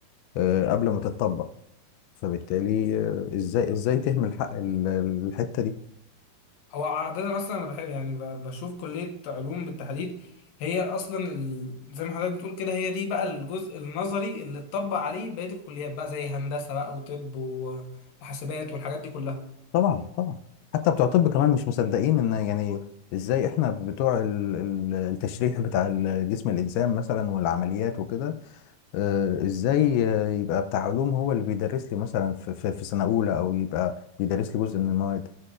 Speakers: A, on the left; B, on the left.
A: آه، قبل ما تتطبق فبالتالي آه، ازاي ازاي تهمل حق ال- الحتة دي
B: هو عاده اصلا انا بحب يعني ب- بشوف كليه علوم بالتحديد هي اصلا ال... زي ما حضرتك بتقول كده هي دي بقى الجزء النظري اللي اتطبق عليه بقيه الكليات بقى زي هندسه بقى وطب و- وحاسبات والحاجات دي كلها
A: طبعا طبعا حتى بتوع الطب كمان مش مصدقين ان يعني ازاي احنا بتوع ال- ال- التشريح بتاع ال- جسم الانسان مثلا والعمليات وكده آه، ازاي آه، يبقى بتاع علوم هو اللي بيدرس لي مثلا في في في سنة اولى او يبقى بيدرس لي جزء من المواد